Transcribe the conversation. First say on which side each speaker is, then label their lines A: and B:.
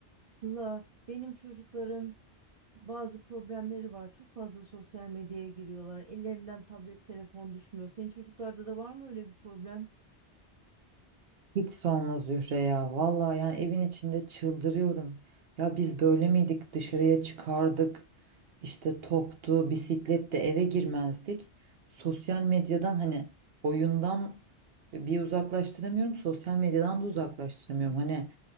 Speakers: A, on the right; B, on the right.
A: Sıla, benim çocukların bazı problemleri var. Çok fazla sosyal medyaya giriyorlar. Ellerinden tablet, telefon düşmüyor. Senin çocuklarda da var mı öyle bir problem?
B: Hiç sorma Zühre ya. Vallahi yani evin içinde çıldırıyorum. Ya biz böyle miydik? Dışarıya çıkardık. İşte toptu, bisikletle eve girmezdik. Sosyal medyadan hani oyundan bir uzaklaştıramıyorum. Sosyal medyadan da uzaklaştıramıyorum. Hani